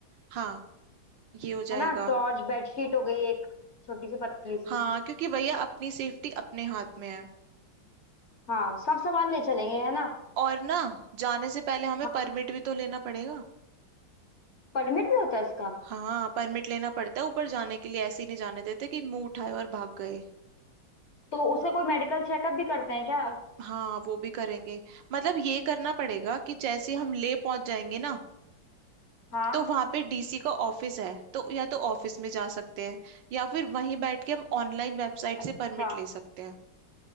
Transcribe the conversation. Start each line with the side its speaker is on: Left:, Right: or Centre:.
Right: हाँ ये हो
Left: है
Right: जाएगा
Left: ना टॉर्च बेडशीट हो गई एक छोटी सी पतली सी
Right: हाँ क्योंकि भैया अपनी सेफ्टी अपने हाथ में है
Left: हाँ सब सामान ले चलेंगे है ना
Right: और ना जाने से पहले हमें
Left: हाँ
Right: परमिट भी तो लेना पड़ेगा
Left: परमिट भी होता है इसका
Right: हाँ परमिट लेना पड़ता है ऊपर जाने के लिए ऐसे ही नहीं जाने देते कि मुंह उठाए और भाग गए
Left: तो उसका कोई मेडिकल चेकअप भी करते हैं क्या
Right: हाँ वो भी करेंगे मतलब ये करना पड़ेगा कि जैसे हम ले पहुंच जाएंगे ना
Left: हाँ
Right: तो वहां पे डीसी का ऑफिस है तो या तो ऑफिस में जा सकते हैं या फिर वहीं बैठ के हम ऑनलाइन वेबसाइट
Left: अच्छा
Right: से परमिट ले सकते हैं